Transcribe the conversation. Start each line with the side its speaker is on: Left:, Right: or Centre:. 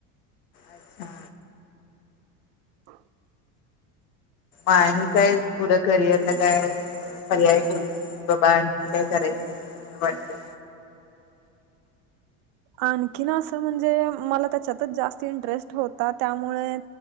Left: अच्छा
Right: <unintelligible>
Left: आणि काय पुढं करिअर ला काय पर्याय जे बाबा मनेल तेच कराच वाटते
Right: आणखीन असं म्हणजे मला त्याच्यातच जास्त इंटरेस्ट होता त्यामुळे